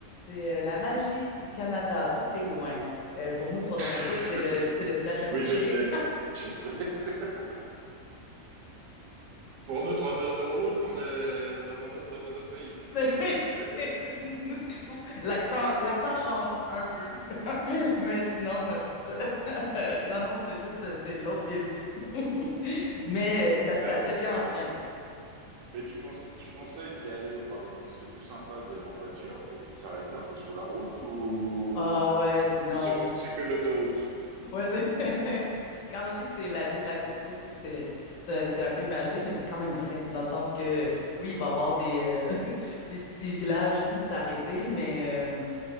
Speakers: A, on the left (about 65°); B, on the right (about 70°).
A: c'est euh, la magie du Canada, tout est loin. Euh, pour nous, trois heures de route,
B: <laughs>
A: c'est le c'est le village d'à côté.
B: Oui, je sais, je sais. <laughs> Pour nous, trois heures de route, on est dans un autre, dans un autre pays.
A: <laughs>
B: <laughs>
A: Mais
B: Je
A: oui,
B: sais.
A: c'est- Nous, c'est fou. L'accent, l'accent change un peu, <laughs> mais sinon, euh, pff, <laughs> non, non, c'est juste, euh, c'est l'autre ville. <laughs> Mais euh, ça, ça
B: Non,
A: se fait bien
B: Mais,
A: en train.
B: mais tu, conse- tu conseilles d'y aller. pardon, c'est plus sympa d'y aller en voiture et puis de s'arrêter un peu sur la route ou,
A: Ah
B: ou
A: ouais,
B: c'est
A: non.
B: ou c'est- c'est que l'autoroute?
A: Ouais, c'est- <laughs> quand je dis que c'est la ville d'à côté, tu sais, c'est c'est c'est un peu imagé, mais c'est quand même vrai, dans le sens que oui, il va y avoir des, euh, <laughs> des petits villages où s'arrêter, mais euh,